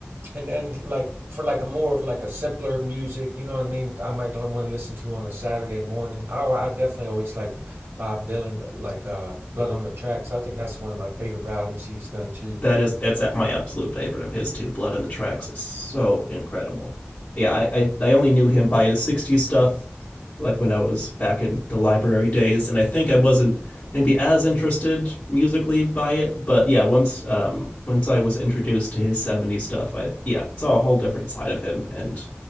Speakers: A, on the right (about 70°); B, on the left (about 45°).
A: And then like for like a more of like a simpler music, you know what I mean? I might want to listen to on a Saturday morning. I I definitely always like Bob Dylan, like uh Blood on the Tracks. I think that's one of my favorite albums he's done too.
B: that is that's at my absolute favorite of his too. Blood on the Tracks is so incredible. Yeah, I, I I only knew him by his '60s stuff, like when I was back in the library days, and I think I wasn't maybe as interested musically by it. But yeah, once um once I was introduced to his '70s stuff, I yeah saw a whole different side of him, and